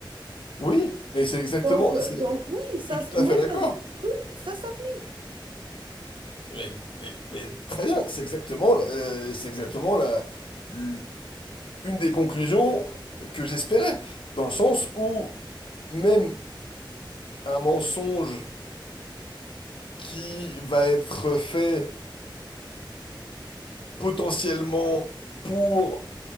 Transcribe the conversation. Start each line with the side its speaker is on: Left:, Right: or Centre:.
Left: Oui, mais c'est exactement,
Right: Donc, euh,
Left: c'est,
Right: donc oui, ça,
Left: je suis tout à
Right: même
Left: fait d'accord.
Right: dans des petits trucs, ça s'applique.
Left: Mais, mais- mais très bien, c'est exactement, euh, c'est exactement la, l- une des conclusions que j'espérais, dans le sens où même un mensonge qui va être fait potentiellement pour